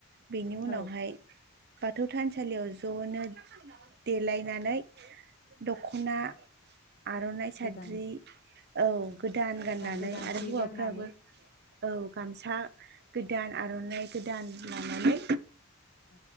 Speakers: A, on the right (about 50°); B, on the left (about 40°).
A: बेनि उनावहाय
B: औ
A: बाथौ थानसालियाव ज'नो देलायनानै दख'ना आर'नाइ साद्रि
B: गोदान
A: औ गोदान गाननानै
B: गोदान
A: आरो
B: सि
A: हौवाफ्राबो
B: गाननानै
A: औ गामसा गोदान आर'नाइ गोदान लानानै
B: औ